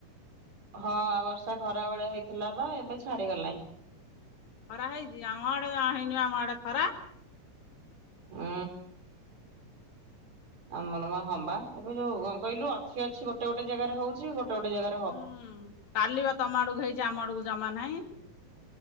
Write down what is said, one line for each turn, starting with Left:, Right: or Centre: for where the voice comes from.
Right: ହଁ ବର୍ଷା ଖରା ବେଳେଆ ହେଇଥିଲା ବା ଏବେ ଛାଡିଗଲାଣି।
Left: ଖରା ହେଇଛି ଆମ ଆଡୋ ଜମା ହେଇନିବା ଆମ ଆଡେ ଖରା।
Right: ହୁଁ। ଆମର ମା ହମ୍ବା ଏବେ ଯୋଉ କଣ କହିଲୁ ଅଛି ଅଛି ଗୋଟେ ଗୋଟେ ଜାଗାରେ ହଉଛି ଗୋଟେ ଗୋଟେ ଜାଗ
Left: ହୁଁ କାଲିବା ତମ ଆଡକୁ ହେଇଛି ଆମ ଆଡକୁ ଜମା ନାହିଁ।